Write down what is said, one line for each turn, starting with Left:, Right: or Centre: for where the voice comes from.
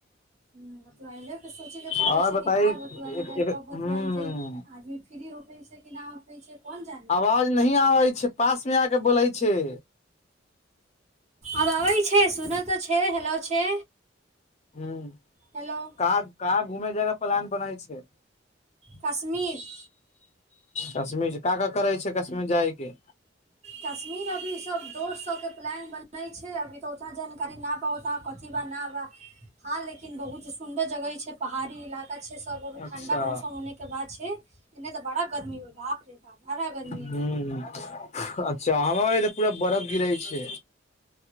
Right: हम्म बतुआयले के सोचय के पड़ै
Left: आओर
Right: छै
Left: बताइ
Right: कि, का बतुआयल जाय, कब बतुआयल
Left: ह
Right: जाय, आदमी फ्री होखै छै कि ना होखै छै। कोन जाने
Left: आवाज नहि आबै छै, पास मे आके बोलै छय।
Right: आब आबै छय, सुन त छय, हैेलो छै।
Left: हम्म
Right: हेलो
Left: का-कहां घूमे जायके प्लान बनय छै।
Right: काश्मीर।
Left: कश्मीर ज का-का करै छै कश्मीर जाय के
Right: कश्मीर अभी सब दोस्त सब के प्लान बनै छै, अभी तऽ ओतना जानकारी ना पावो ता कथी बा न बा, हँ लेकिन बहुत सुन्दर जगहि छै पहाड़ी इला का छै सब अभी
Left: अच्छा
Right: ठंडा मौसम होने के बात छै, एने त बड़ा गर्मी बाप रे बा बड़ा गर्मी।
Left: हम्म
Right: एने
Left: अच्छा हमर ऐ ज पूरा बर्फ गिरै छै।